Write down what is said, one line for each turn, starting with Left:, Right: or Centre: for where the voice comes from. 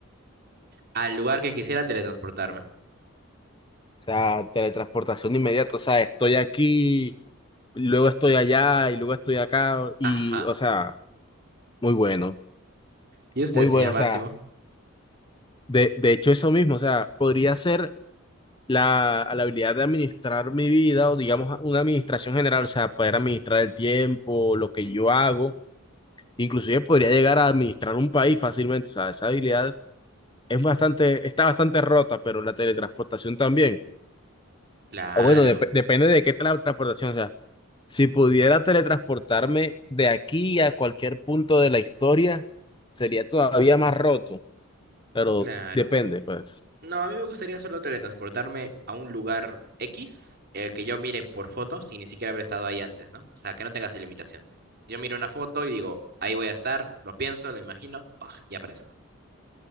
Right: Al lugar que quisiera teletransportarme.
Left: O sea, teletransportación inmediata, o sea, estoy aquí, luego estoy allá y luego estoy acá, y,
Right: Ajá.
Left: o sea, muy bueno,
Right: ¿Y usted,
Left: muy
Right: señor
Left: bueno, o
Right: Máximo?
Left: sea. De, de hecho, eso mismo, o sea, podría ser la, la habilidad de administrar mi vida o digamos una administración general, o sea, poder administrar el tiempo, lo que yo hago, inclusive podría llegar a administrar un país fácilmente, o sea, esa habilidad es bastante, está bastante rota, pero la teletransportación también.
Right: Claro,
Left: O bueno, dep- depende de qué teletransportación, o sea, si pudiera teletransportarme de aquí a cualquier punto de la historia, sería todavía más roto, pero
Right: claro.
Left: depende, pues,
Right: No, a mí me gustaría solo teletransportarme a un lugar X, eh, que yo mire por foto sin ni siquiera haber estado ahí antes, ¿no? O sea, que no tenga esa limitación. Yo miro una foto y digo, ahí voy a estar, lo pienso, lo imagino, ¡paj! y aparezco.